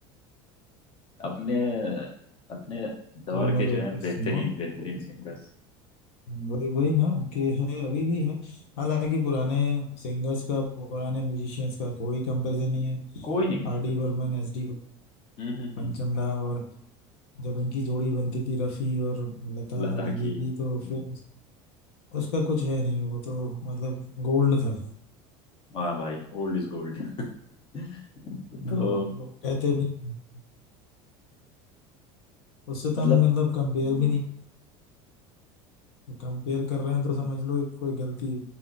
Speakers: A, on the left; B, on the left.
A: अपने अपने दौर
B: तो उनमें
A: के जो
B: बैठ
A: है
B: के
A: बेहतरीन
B: सुनो
A: बेहतरीन सिंगर्स
B: वही वही ना कि है अभी भी है हालांकि पुराने सिंगर्स का पुराने म्यूजिशियंस का कोई कंपैरिजन नहीं है
A: कोई नहीं
B: R D Burman S D
A: हम्म हम्म
B: पंचमदा
A: हम्म।
B: और जब इनकी जोड़ी बनती थी रफी और लता
A: लता
B: दीदी
A: की
B: की तो
A: हम्म,
B: फिर उस- उसका कुछ है नहीं वो तो मतलब गोल्ड था
A: वाह भाई ओल्ड इज गोल्ड <laughs>
B: हाँ,
A: तो
B: लोग कहते भी हैं। उससे तो
A: मतलब
B: हम मतलब कंपेयर
A: हम्म
B: भी नहीं कंपेयर कर रहे हैं तो समझ लो एक कोई गलती